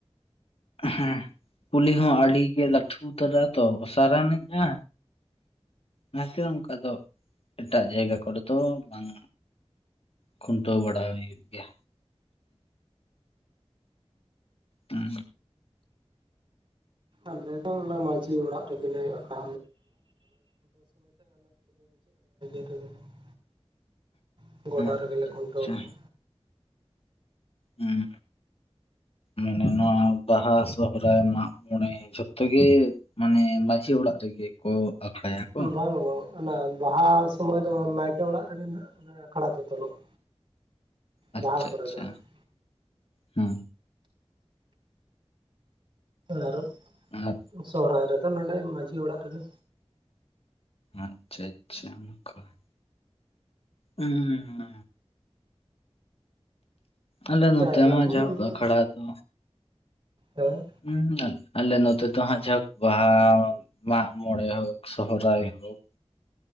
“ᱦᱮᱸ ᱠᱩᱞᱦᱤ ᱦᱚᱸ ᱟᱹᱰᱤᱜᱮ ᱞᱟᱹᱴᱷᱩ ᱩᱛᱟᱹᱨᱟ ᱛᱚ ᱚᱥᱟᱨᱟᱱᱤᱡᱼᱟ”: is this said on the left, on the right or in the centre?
Left